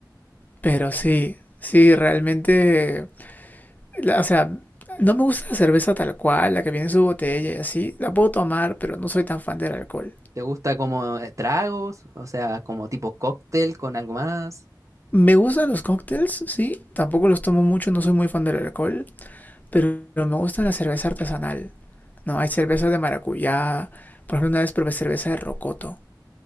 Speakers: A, on the left (about 20°); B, on the right (about 45°).
A: Pero sí, sí, realmente la- o sea, no me gusta la cerveza tal cual, la que viene en su botella y así. La puedo tomar, pero no soy tan fan del alcohol.
B: ¿Te gusta como eh, tragos? O sea, como tipo cóctel con algo más.
A: Me gustan los cócteles, sí. Tampoco los tomo mucho, no soy muy fan del alcohol. Pero me gusta la cerveza artesanal. No, hay cerveza de maracuyá. Por ejemplo, una vez probé cerveza de rocoto,